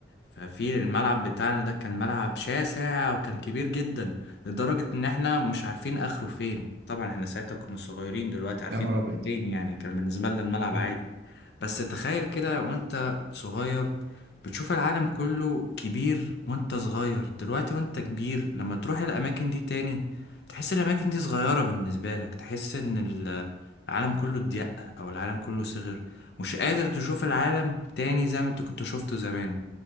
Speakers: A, on the left; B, on the right.
A: ففي الملعب بتاعنا ده كان ملعب شاسع وكان كبير جدا لدرجة ان احنا مش عارفين اخره فين طبعا احنا ساعتها كنا صغيرين دلوقتي عارفين
B: يا نهار ابيض
A: فين يعني كان بالنسبة لنا الملعب
B: مم.
A: عادي بس تخيل كده وانت صغير بتشوف العالم كله كبير وانت صغير دلوقتي وانت كبير لما تروح الأماكن دي تاني تحس الأماكن دي صغيرة بالنسبة لك تحس إن ال- العالم كله ضيق أو العالم كله صغير مش قادر تشوف العالم تاني زي ما انت كنت شفته زمان